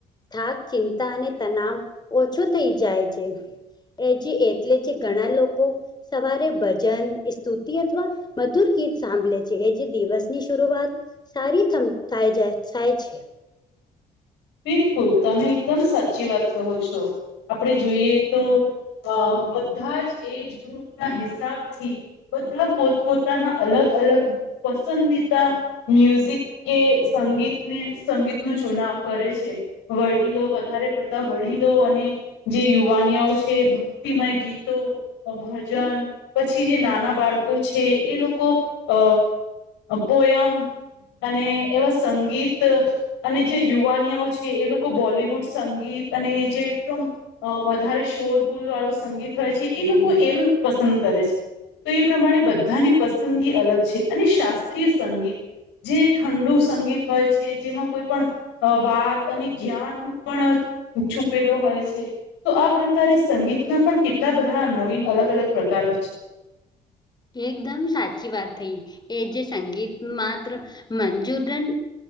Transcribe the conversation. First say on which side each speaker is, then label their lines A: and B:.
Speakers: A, on the left; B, on the left.
A: થાક ચિંતા અને તનાવ ઓ છો થઈ જાય છે એ જે એટલે જે ઘણા લોકો સવારે ભજન, સ્તુતિ અથવા મધુર ગીત સાંભલે છે. જે જ દિવસની શરુઆત સારી થાય જાય થાય છે.
B: બિલકુલ, તમે એકદમ સાચી વાત કહો છો. આપણે જોઈએ તો અ બધા જ એજ ગ્રુપના હિસાબથી. બધાં પોત પોતાના અલગ અલગ પસંદીતા મ્યુઝિક કે સંગીતને સંગીતનો ચુનાવ કરે છે. વડીલો વધારે પડતા વડીલો અને જે યુવાનિયાઓ છે ભક્તિમય ગીતો ભજન પછી જે નાના બાળકો છે એ લોકો અ પોયમ અને એવા સંગીત અને જે યુવાનઓ છે એ લોકો બોલિવુડ સંગીત અને જે એકદમ અ વધારે શોર ગુલ વાળું સંગીત હોય છે એ લોકો એવ પસંદ કરે છે. તો એ પ્રમાણે બધાની પસંદગી અલગ છે અને શાસ્ત્રીય સંગીત. જે ઠંડુ સંગીત હોય છે જેમાં કોઈ પણ અ વાત અને જ્ઞાન ન પણ છુપેલો હોય છે તો આ પ્રકારે સંગીતના પણ કેટલા બધા નવીન અલગ અલગ પ્રકારનો છે.
A: એકદમ સાચી વાત થઈ એ જે સંગીત માત્ર મંજુરન